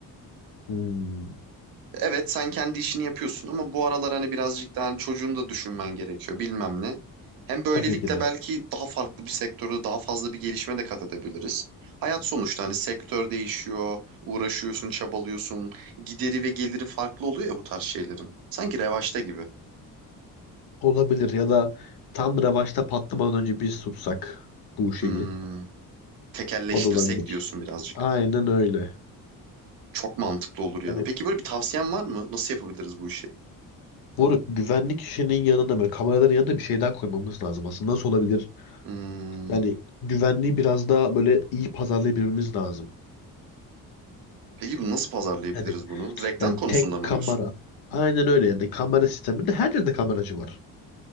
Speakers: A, on the left (about 85°); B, on the right (about 70°).
A: Hmm,
B: Evet sen kendi işini yapıyorsun ama bu aralar hani birazcık daha hani çocuğunu da düşünmen gerekiyor bilmem ne. Hem böylelikle
A: tabii ki de.
B: belki daha farklı bir sektörde daha fazla bir gelişme de kat edebiliriz. Hayat sonuçta hani sektör değişiyor, uğraşıyorsun, çabalıyorsun. Gideri ve geliri farklı oluyor ya bu tarz şeylerin. Sanki revaçta gibi.
A: Olabilir ya da tam revaçta patlamadan önce biz tutsak bu şeyi.
B: Hmm, tekelleştirsek
A: O da olabilir.
B: diyorsun birazcık.
A: Aynen öyle.
B: Çok mantıklı olur ya.
A: Yani
B: Peki böyle bir tavsiyen var mı? Nasıl yapabiliriz bu işi?
A: Moruk güvenlik işinin yanında böyle kameraların yanında bir şey daha koymamız lazım aslında. Nasıl olabilir?
B: Hmm,
A: Yani güvenliği biraz daha böyle iyi pazarlayabilmemiz lazım.
B: peki bu nasıl pazarlayabiliriz
A: Yani,
B: bunu? Reklam
A: yani
B: konusunda
A: tek
B: mı
A: kamera.
B: diyorsun?
A: Aynen öyle yani kamera sisteminde her yerde kameracı var.